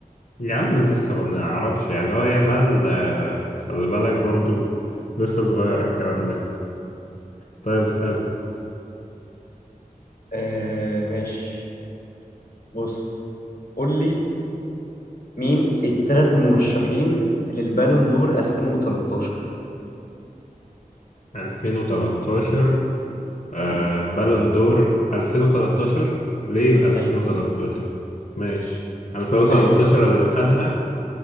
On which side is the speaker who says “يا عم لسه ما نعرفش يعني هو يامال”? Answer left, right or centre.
Left